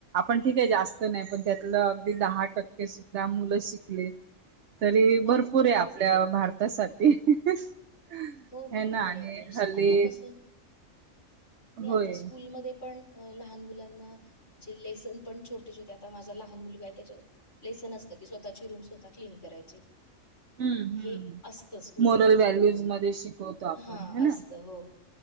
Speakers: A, on the right; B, on the left.
A: पण त्या द टके शिकले तरी
B: हो
A: भरपूर
B: हो
A: आहे आपल्या
B: तेच ना.
A: भारतासाठी हे
B: हो बरोबर
A: ना आणि
B: आहे अगदी
A: हल्ली
B: आता कसं
A: होय
B: आता स्कूलमध्ये पण अ लहान मुलांना म्हणजे लेसन पण छोटे छोटे आता माझा लहान मुलगा आहे त्याच्या लेसन अस की स्वतःची रूम स्वतः क्लीन करायचे
A: हम्म हम्म
B: हे असत स्कूलमध्ये
A: मोरल व्हॅल्यूज
B: पण
A: मध्ये शिकवतो आपण
B: हा
A: हे
B: असत
A: ना
B: हो